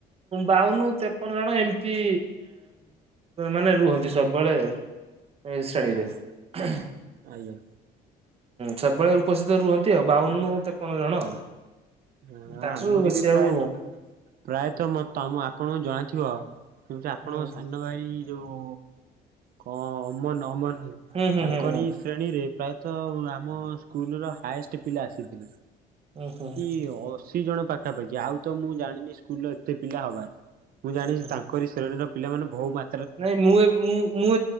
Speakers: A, on the right; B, on the right.
A: ବାଉନ ତେପନ ଜଣ ଏମିତି ମାନେ ରୁହନ୍ତି ସବୁବେଳେ ହ ମିଶ୍ରଣରେ
B: ଆଜ୍ଞା
A: ହୁଁ।
B: ଆଜ୍ଞା
A: ସବୁବେଳେ ଉପସ୍ଥିତ ରୁହନ୍ତି ଆଉ ବାଉନ ତେପନ ଜଣ ଆଉ।
B: ହ
A: ତାଠାରୁ
B: ଆମର
A: ବେଶୀ
B: ବି ପ୍ରାୟ
A: ଆଉ
B: ପ୍ରାୟତଃ ମ ତମ ଆପଣଙ୍କୁ ଜଣାଥିବ ଆପଣଙ୍କ
A: ହୁଁ
B: ସାନ ଭାଇ ଯୋଉ କ ଅମନ ଅମନ ହ
A: ହୁଁ ହୁଁ
B: ତାଙ୍କର
A: ହୁଁ
B: ଇ ଶ୍ରେଣୀରେ ପ୍ରାୟତ ତ ଆମ ସ୍କୁଲର ହାଇଏଷ୍ଟ ପିଲା ଆସିଥିଲେ
A: ହୁଁ ହୁଁ ହ।
B: ଅଶି ଜଣ ପାଖାପାଖି ଆଉ ତ ମୁଁ ଜାଣିନି ସ୍କୁଲର ଏତେ ପିଲା ହବାର ମୁଁ ଜାଣିଛି
A: ହୁଁ
B: ତାଙ୍କରି ଶରୀରୀର ପିଲାମାନେ ବହୁ ମ
A: ନାଇଁ ମୁଁ ମୁ ମୁଁ